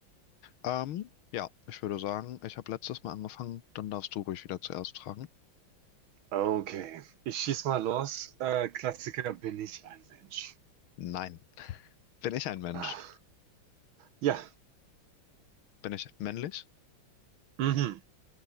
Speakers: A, on the left (about 80°); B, on the right (about 75°).
A: Ähm, ja, ich würde sagen, ich habe letztes Mal angefangen, dann darfst du ruhig wieder zuerst fragen.
B: Okay, ich schieß mal los. Äh, Klassiker, bin ich ein Mensch?
A: Nein. Bin ich ein Mensch?
B: Ah, ja.
A: Bin ich männlich?
B: Mhm.